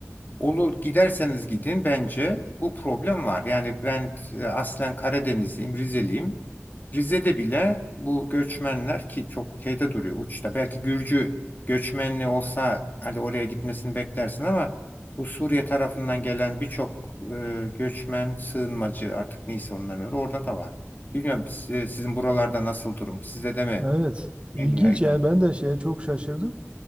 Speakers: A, on the left; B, on the right.
A: olur giderseniz gidin bence bu problem var. Yani ben e, aslen Karadenizliyim, Rizeliyim. Rize'de bile bu göçmenler ki çok şeyde duruyor uçta. Belki Gürcü göçmenli olsa hadi oraya gitmesini beklersin ama bu Suriye tarafından gelen birçok e, göçmen, sığınmacı artık neyse onların öyle orada da var. Bilmiyorum siz- sizin buralarda nasıl durum? Sizde de mi
B: Evet, ilginç
A: en yaygın?
B: yani ben de şeye çok şaşırdım.